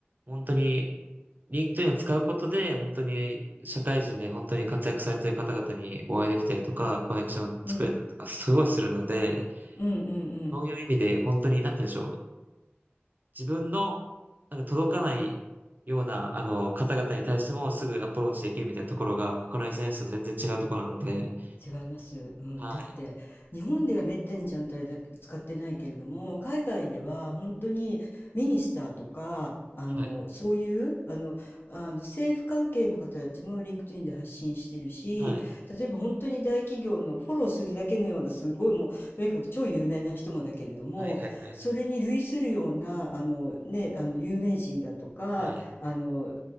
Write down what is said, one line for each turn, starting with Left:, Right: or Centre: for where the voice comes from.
Right: 本当に、リンクトインを使うことで、本当に社会人で本当に活躍されてる方々にお会いできたりとか、コネクションを作れたりとか、
Left: うん。
Right: すごいするので、
Left: うんうんうん
Right: そういう意味で本当に、なんて言うんでしょう。自分の、なんか届かないような、あの、方々に対してもすぐアプローチできるみたいなところが、他の SNS と全然違うところなので、
Left: 違います、うん、
Right: はい、
Left: だって日本ではめったにちゃんとあれだ使ってないけれども海外では本当にミニスターとかあのそういうあの、
Right: はい、
Left: あの政府関係の方たちもリンクトインで発信してるし例えば本当に大企業のフォローするだけのようなすごいもうとにかく超有名な人もだけれどもそれに類するようなあの、
Right: はい、はい、はい、はい、
Left: ね、あの有名人だとかあの
Right: はい、